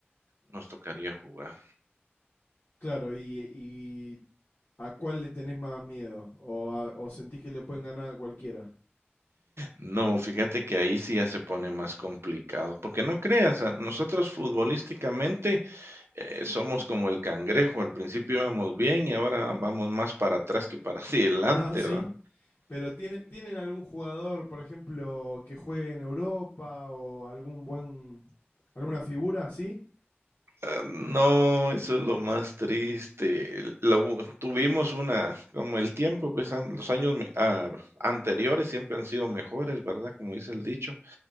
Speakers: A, on the right; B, on the left.
A: nos tocaría jugar.
B: Claro, y, y ¿a cuál le tenés más miedo? ¿O, a- o sentís que le pueden ganar a cualquiera? <laughs>
A: No, fíjate que ahí sí ya se pone más complicado, porque no creas, a- nosotros futbolísticamente eh, somos como el cangrejo, al principio íbamos bien y ahora vamos más para atrás que para <laughs> adelante,
B: Ah, sí.
A: ¿va?
B: Pero tiene, ¿tienen algún jugador, por ejemplo, que juegue en Europa o algún buen, alguna figura así?
A: Ah, No, eso es lo más triste. El- la u- tuvimos una, como el tiempo, pues an- los años me- ah, anteriores siempre han sido mejores, ¿verdad? Como dice el dicho.